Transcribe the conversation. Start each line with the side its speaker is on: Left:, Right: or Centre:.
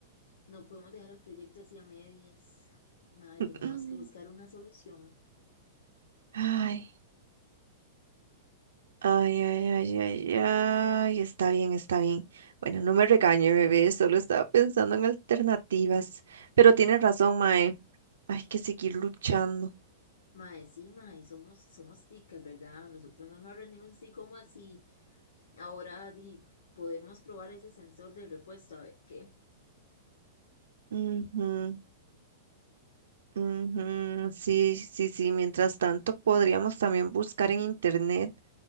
Left: No podemos dejar el proyecto así a medias. Ma,
Right: <clears throat>
Left: tenemos que buscar una solución.
Right: Ay. Ay, ay, ay, ay, ay, está bien, está bien. Bueno, no me regañe, bebé, solo estaba pensando en alternativas. Pero tienes razón, Mae, hay que seguir luchando.
Left: Ma, sí, ma, somos, somos ticas, ¿verdad? Nosotros no nos rendimos así como así. Ahora, di, podemos probar ese sensor de repuesto, a ver qué.
Right: Ujú, ujú, Sí, sí, sí, mientras tanto podríamos también buscar en internet,